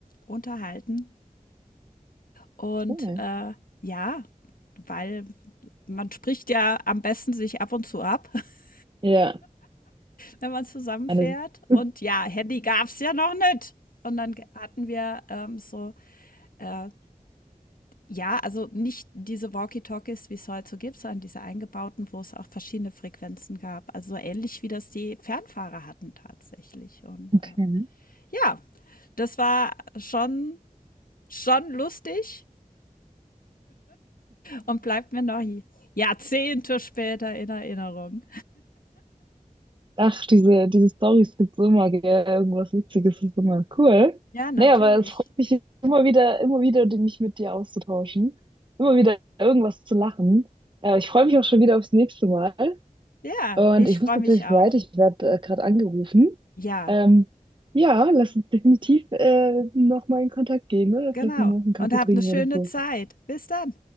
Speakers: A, on the left (about 85°); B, on the right (about 35°).
A: unterhalten. Und,
B: Okay.
A: äh, ja, weil man spricht ja am besten sich ab und zu ab, <laughs>
B: Ja.
A: wenn man zusammenfährt.
B: Eine, <laughs>
A: Und ja, Handy gab's ja noch nicht. Und dann hatten wir ähm, so, äh, ja, also nicht diese Walkie-Talkies, wie es heute so gibt, sondern diese eingebauten, wo es auch verschiedene Frequenzen gab. Also so ähnlich wie das die Fernfahrer hatten tatsächlich. Und
B: okay.
A: äh, ja, das war schon, schon lustig und bleibt mir noch Jahrzehnte später in Erinnerung.
B: Ach, diese, diese Storys gibt's immer, gell? Irgendwas Witziges ist immer cool.
A: Ja, natürlich.
B: Nee, aber es freut mich immer wieder, immer wieder, die- mich mit dir auszutauschen. Immer wieder irgendwas zu lachen. Äh, ich freue mich auch schon wieder aufs nächste Mal.
A: Ja,
B: Und
A: ich
B: ich
A: freue
B: muss tatsächlich
A: mich auch.
B: weiter, ich werde äh, gerade angerufen.
A: Ja,
B: Ähm, ja, lass uns definitiv äh, nochmal in Kontakt gehen, ne?
A: genau.
B: Vielleicht nochmal auf einen Kaffee
A: Und hab
B: trinken
A: 'ne schöne
B: oder so.
A: Zeit. Bis dann.